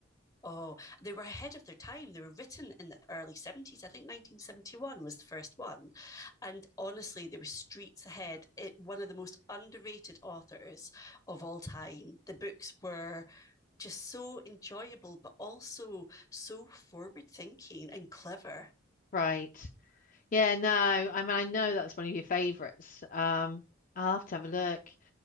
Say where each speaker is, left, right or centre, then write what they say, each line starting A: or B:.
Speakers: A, on the left; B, on the left.
A: Oh, they were ahead of their time. They were written in the early 70s. I think 1971 was the first one. And honestly, they were streets ahead. It, one of the most underrated authors of all time. The books were just so enjoyable, but also so forward thinking and clever.
B: right. Yeah, no. I mean, I know that's one of your favorites. Um, I'll have to have a look.